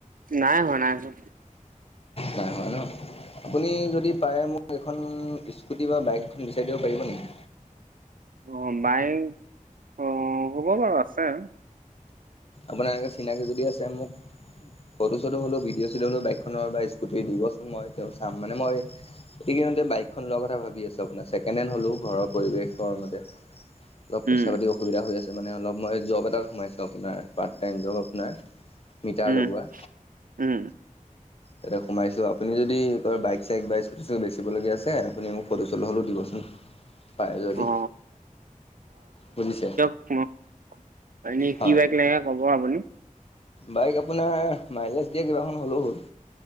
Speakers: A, on the right; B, on the left.
A: নাই হোৱা নাই হোৱা
B: নাই হোৱা ন আপুনি যদি পাৰে মোক এখন স্কুটি বা বাইক এখন বিচাৰি দিব পাৰিব নেকি
A: অ বাইক অ হ'ব বাৰু আছে
B: আপোনাৰ চিনাকি যদি আছে মোক ফটো-চটো হ'লো, ভিডিঅ-চিডিঅ হ'লো বাইকখনৰ বা স্কুটি দিবচোন, মই তেওঁ চাম মানে মই এইকেদিনতে বাইকখন লোৱাৰ কথা ভাবি আছো, আপোনাৰ ছেকেণ্ড হেণ্ড হ'লেও ঘৰৰ পৰিৱেশৰ মতে। অলপ পইচা-পাতি
A: উম
B: অসুবিধা হৈ আছে মানে, অলপ মই জব এটাত সোমাইছোঁ আপোনাৰ। পাৰ্ট টাইম জব আপোনাৰ, মিটাৰ
A: উম
B: লগোৱা।
A: উম'
B: তাতে সোমাইছোঁ। আপুনি যদি কিবা বাইক- চাইক বা স্কুটি-চুটি বেচিবলগীয়া আছে আপুনি মোক ফটো-চটো হ'লেও দিবচোন, পাৰে যদি,
A: অ
B: বুজিছে।
A: উম' এনে কি
B: হয়
A: বাইক লাগে ক'ব আপুনি?
B: বাইক আপোনাৰ, মাইলেজ দিয়া কিবাখন হ'লেও হ'ল।